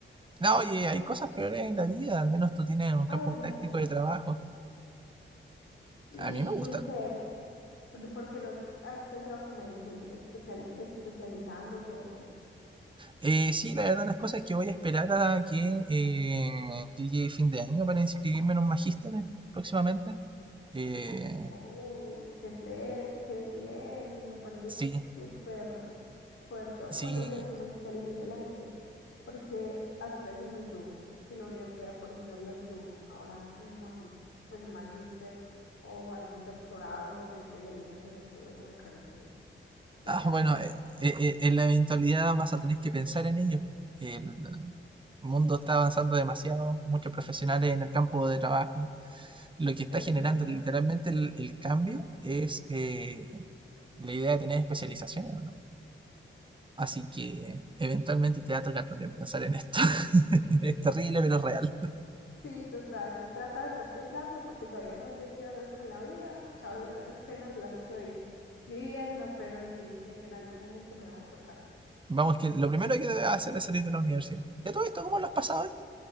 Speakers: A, on the right; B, on the left.
A: no, oye, hay cosas peores en la vida, al menos tú tienes un
B: Ah,
A: campo
B: es
A: práctico
B: verdad.
A: de trabajo.
B: ¿Y
A: A mí me gusta.
B: tú qué? ¿Por por qué no has pensado como en seguir espetal- especializándote o qué?
A: Eh, sí, la verdad, las cosas es que voy a esperar a que eh, llegue fin de año para inscribirme en un magíster próximamente. Eh,
B: Uy, qué te, qué bien, me parece
A: sí,
B: súper fu- fuerte, bueno,
A: sí.
B: o no sé, como inteligente la gente, porque hacer eso es muy duro. Si la universidad por sí sola es dura, ahora un magis, pues un magíster o al doctorado, especializaciones, todo eso me parece pesado.
A: Ah, bueno, eh, eh, eh, en la eventualidad vas a tener que pensar en ello. El mundo está avanzando demasiado, muchos profesionales en el campo de trabajo. lo que está
B: Es
A: generando
B: verdad.
A: literalmente el, el cambio es eh, la idea de tener especializaciones, ¿o ¿no? Así que eventualmente te va a tocar también pensar en esto. <laughs> es terrible, pero es real.
B: Sí, total, yo he tratado de no pensarlo porque todavía no sé qué hacer con la vida, o sea, a duras penas la estoy viviendo, pero sí, en algún momento me va a tocar.
A: Vamos, que lo primero que debes hacer es salir de la universidad. ¿Ya todo esto cómo lo has pasado hoy?